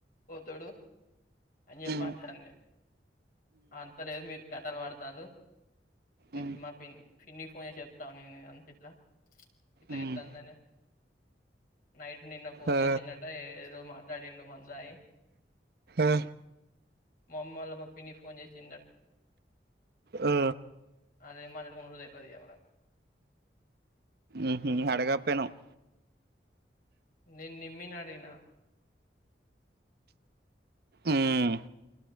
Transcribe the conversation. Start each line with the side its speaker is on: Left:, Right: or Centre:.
Left: పోతాడు అని చెప్పి
Right: ఉమ్
Left: అంటడి అంత లేదు మీరు కథలు పడతారు ేను
Right: ఉమ్
Left: మా పి పిన్నికి ఫోన్ చేసి చెప్తాను నే అంత ఇట్లా ఇట్లా
Right: ఉమ్
Left: ఎ తందనా నైట్ నిన్న ఫోన్
Right: ఆ
Left: చేసిన్నట ఏదో మాట్లాడిండు మందుతాయి
Right: ఆ
Left: మా అమ్మళ్ళ మ ప్పిని ఫోన్ చేసిండ
Right: ఆ
Left: అదిే మారి ర రేట్ది మకు
Right: ఊహు అడగకపోయినవ్
Left: నేన్ నిమ్మిని అడిగిన
Right: ఉమ్